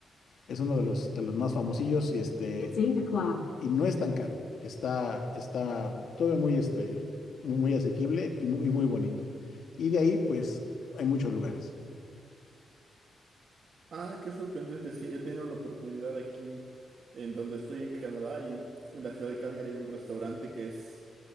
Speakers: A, on the left; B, on the right.
A: Es uno de los, de los más famosillos y este, It's eight o'clock. y no es tan caro. Está, está todo muy, este, muy, muy asequible y muy, y muy bonito. Y de ahí, pues, hay muchos lugares.
B: Ah, qué sorprendente. Sí, he tenido la oportunidad aquí en donde estoy en Canadá y en la ciudad de Calgary hay un restaurante que es